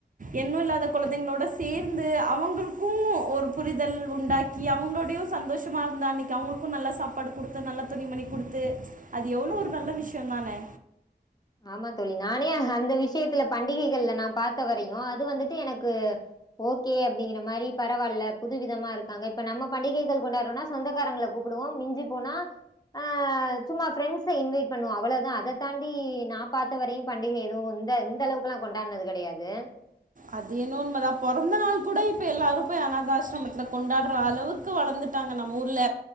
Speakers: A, on the right (about 50°); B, on the left (about 25°).
A: என்னு இல்லாத கொழந்தைங்களோட சேந்து அவங்களுக்கு ஒரு புரிதல் உண்டாக்கி அவங்களோடையு சந்தோஷமாக இருந்தா அன்னை அவங்களுக்கு நல்ல சாப்பாடு குடுத்து நல்லா துணி மணி குடுத்து அது எவ்வளோ ஒரு நல்ல விஷ்யோ தானே
B: ஆமா தோழி நானே அந்த விஷயத்துல பண்டிகைகள்ல நா பாத்த வரையு அது வந்துட்டு எனக்கு ஓகே அப்படிங்கிற மாரி பரவாயில்ல புது விதமா இருக்காங்க இப்ப நம்ம பண்டிகைகள் கொண்டாடுறோனா சொந்தக்காரங்கள கூப்பிடுவோ மிஞ்சி போனா ஆஹ் சும்மா ஃபிரெண்ட்ஸ் இன்வைட் பண்ணுவோ அவ்ளோதா அத தாண்டி நா பாத்த வரையு பண்டிகை எதுவு இந்த இந்த அளவுக்கல்லா கொண்டாடுனது கெடையாது
A: அது என்னமோ உண்மதா பொறந்த நாள் கூட இப்ப எல்லாரு போய் அநாதாசிரமத்துல கொண்டாடுற அளவுக்கு வளர்ந்துட்டாங்க நம்ம ஊர்ல